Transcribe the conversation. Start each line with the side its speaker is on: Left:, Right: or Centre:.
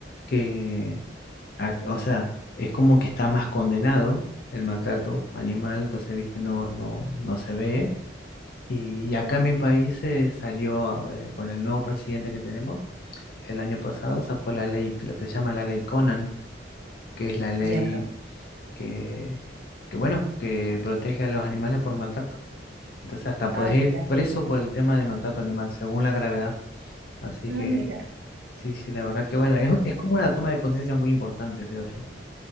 Left: que, ac- o sea, es como que está más condenado el maltrato animal, entonces, viste, no, no, no se ve. Y acá en mi país se salió eh, con el nuevo presidente que tenemos el año pasado, sacó la ley, lo que se llama la ley Conan, que es la ley
Right: Ya.
Left: que, que bueno, que protege a los animales por maltrato. Entonces hasta podés
Right: Ah, mira.
Left: ir preso por el tema de maltrato animal, según la gravedad. Así
Right: Ah,
Left: que
Right: mira.
Left: sí, sí, la verdad que bueno, es, es como una toma de conciencia muy importante, creo yo.